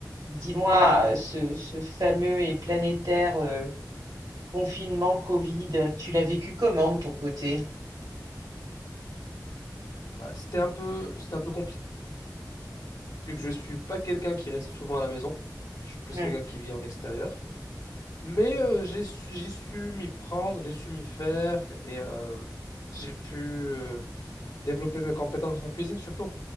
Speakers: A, on the right (about 70°); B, on the left (about 60°).
A: Dis-moi, euh, ce, ce fameux et planétaire euh, confinement Covid, tu l'as vécu comment de ton côté?
B: Bah, c'était un peu, c'était un peu compliqué, vu que je suis pas quelqu'un qui reste souvent à la maison. Je suis plus
A: Hmm.
B: quelqu'un qui vit en extérieur. Mais euh, j'ai su, j'ai su m'y prendre, j'ai su m'y faire et euh, j'ai pu euh, développer mes compétences en cuisine surtout.